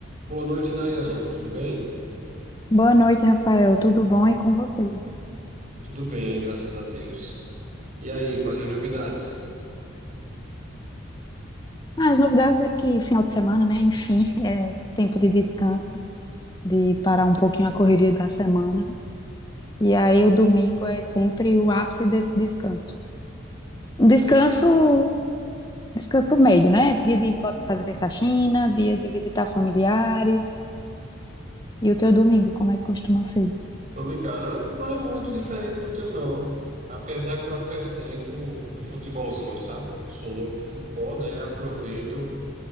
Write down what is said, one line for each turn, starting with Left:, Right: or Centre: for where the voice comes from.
Right: Boa noite, Nayana. Tudo bem?
Left: Boa noite, Rafael. Tudo bom e com você?
Right: Tudo bem, graças a Deus. E aí, quais as novidades?
Left: Ah, as novidades é que final de semana, né? Enfim, <laughs> é tempo de descanso, de parar um pouquinho a correria da semana. E aí o domingo é sempre o ápice desse descanso. Um
Right: É
Left: descanso,
Right: verdade.
Left: descanso médio, né? Dia de bot- fazer faxina, dia de visitar familiares. E o teu domingo, como é que costuma ser?
Right: Tô ligado. É, Não é muito diferente do teu, não. Apesar que eu acrescento um futebolzinho, sabe? Sou louco pro futebol, né? Aproveito